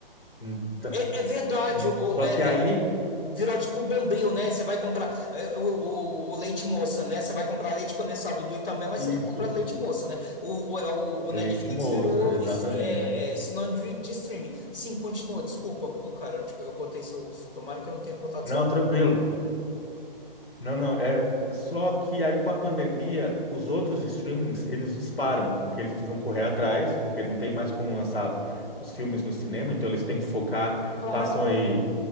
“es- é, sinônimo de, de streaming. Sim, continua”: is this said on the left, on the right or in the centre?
Left